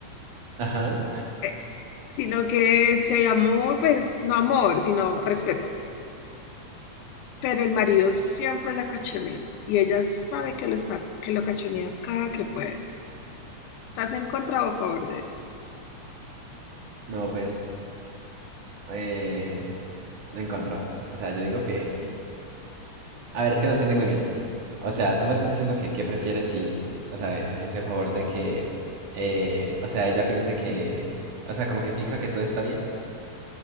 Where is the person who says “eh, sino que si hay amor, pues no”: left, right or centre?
Left